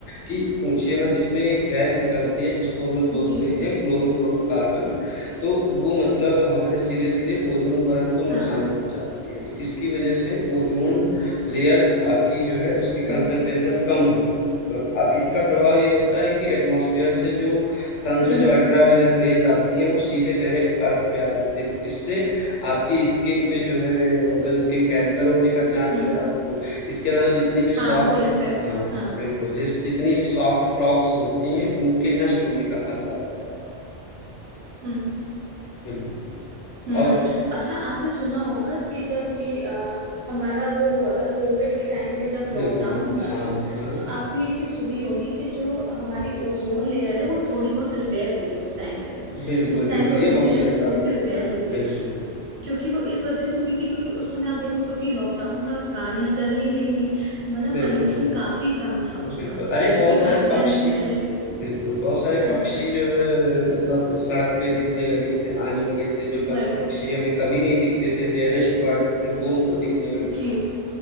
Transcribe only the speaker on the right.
जी
हाँ
हम्म
हम्म
हम्म
हार्मफुल
इफेक्ट
पर हाँ
हम्म
हम्म
अच्छा आपने सुना होगा कि जब ये अ, हमारा वो हुआ था कोविड के टाइम पे जब लॉकडाउन
हुआ
था
तो आपने ये चीज सुनी होगी कि जो हमारी ओजोन लेयर है वो थोड़ी बहुत रिपेयर हुई है उस टाइम पे
उस
टाइम पे ओजोन
लेयर
थोड़ी
सी
रिपेयर
हुई थी
क्योंकि वो इस वजह से हुई थी क्योंकि उस समय आप देखो क्योंकि लॉकडाउन था गाड़ियां चल नहीं रही थी मतलब
पॉल्यूशन काफी कम था उस
समय
क्योंकि
गाड़ियां
नहीं चले
हाँ
वही
जी